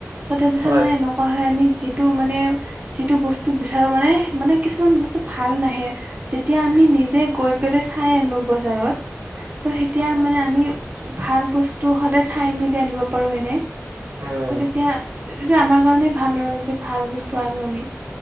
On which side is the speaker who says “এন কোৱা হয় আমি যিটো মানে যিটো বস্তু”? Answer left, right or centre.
Right